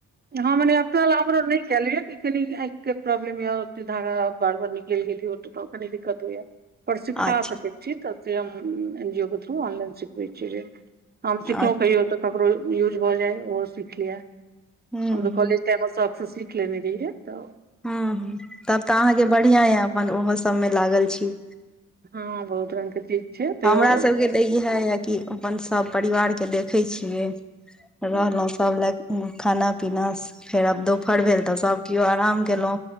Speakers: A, on the right; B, in the centre.
A: हँ मने अपनाल हमरो नय केलियै ई कनी एक प्रॉब्लम य धागा बार बार निकेल गेल होत तऽ कनि दिक्कत होइया पर सीखा
B: अच्छा
A: सकैत छी तऽ से हम एन जी ओ के थ्रू ऑनलाइन सिखबै छिय हम
B: हूँ
A: सिखलो कहियो तऽ ककरो यूज भऽ जाय ओहो सीख लिये
B: हूँ
A: हम तो कॉलेज टाइम में शौकसँ सीख लेने रहियै तऽ
B: हँ हु तब तऽ अहाँके बढ़िया यै अपन ओहो सब मे लागल छी
A: हँ बहुत रंग के चीज छै तैयो
B: हमरा सभ के तऽ इएह यए कि अपन सभ परिवार के देखै छियै रहलो
A: हुँ,
B: सभ लए खाना पीना फेर आब दोपहर भेल तऽ सब केओ आराम केलो